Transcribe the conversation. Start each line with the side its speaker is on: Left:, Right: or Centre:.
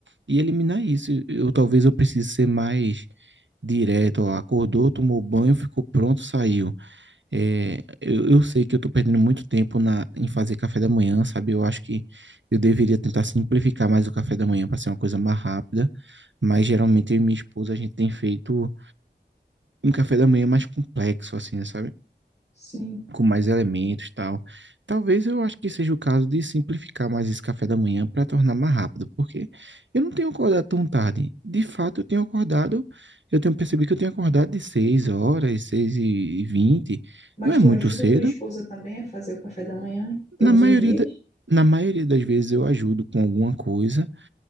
Right: e eliminar isso. Eu talvez eu precise ser mais direto, ó, acordou, tomou banho, ficou pronto, saiu. É, eu, eu sei que eu estou perdendo muito tempo na, em fazer café da manhã, sabe? Eu acho que eu deveria tentar simplificar mais o café da manhã para ser uma coisa mais rápida, mas geralmente eu e minha esposa a gente tem feito um café da manhã mais complexo, assim, sabe?
Left: Sim.
Right: com mais elementos e tal. Talvez eu acho que seja o caso de simplificar mais esse café da manhã para tornar mais rápido, porque eu não tenho acordado tão tarde. De fato, eu tenho acordado, eu tenho percebido que eu tenho acordado de 6 horas, seis e vinte
Left: Mas
Right: Não é
Left: tu
Right: muito
Left: ajuda
Right: cedo.
Left: tua esposa também a fazer o café da manhã, hein? todos
Right: Na maioria,
Left: os dias?
Right: da- na maioria das vezes eu ajudo com alguma coisa